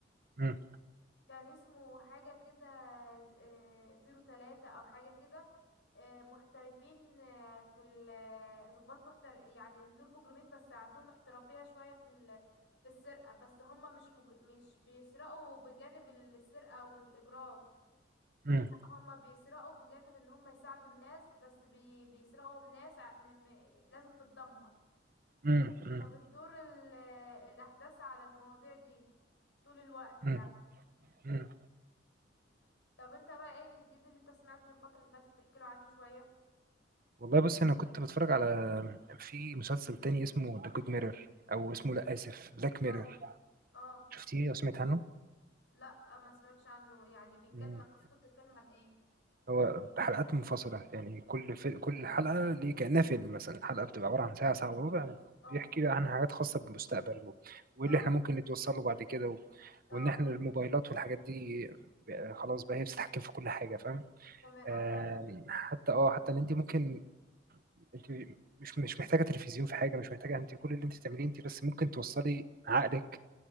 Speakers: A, on the right; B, on the left.
A: مم.
B: كان اسمه حاجة كده ز- آه، زيرو تلاتة أو حاجة كده آه، محترفين آه، في ال- آه، ضباط محتر يعني دول مجرمين بس عندهم احترافية شوية في ال- في السرقة بس هما مش مج... مش بيسرقوا بجانب السرقة والإجرام
A: مم.
B: هما بيسرقوا بجانب ان هما يساعدوا الناس بس بي... بيسرقوا من ناس ع- م... م... لازم تتدمر
A: مم. مم.
B: فبتدور ال... الأحداث على المواضيع دي طول الوقت
A: مم.
B: يعني
A: مم.
B: طب انت بقى ايه الجديد اللي انت سمعته الفترة اللي فاتت تحكي له عنه شوية
A: والله بص انا كنت بتفرج على في مسلسل تاني اسمه ذا جود ميرور او اسمه لا اسف بلاك ميرور
B: اه اه
A: شفتيه او سمعت عنه؟
B: لا آه، ما سمعتش عنه يعني بيتكلم
A: مم.
B: عن قصته بتتكلم عن ايه
A: هو حلقات منفصلة يعني كل في... كل حلقة ليه كأنها فيلم مثلا الحلقة بتبقى عبارة عن ساعة ساعة وربع
B: اه
A: بيحكي بقى عن حاجات خاصة بالمستقبل و... واللي
B: اه
A: احنا ممكن نتوصل له بعد كده و...
B: اه
A: وإن احنا الموبايلات والحاجات دي بقى خلاص بقى هي بتتحكم في كل حاجة فاهم
B: تمام
A: آم،
B: اه فا
A: حتى اه حتى إن أنت ممكن أنت مش مش محتاجة تلفزيون في حاجة مش محتاجة أنت كل اللي أنت تعمليه أنت بس ممكن توصلي عقلك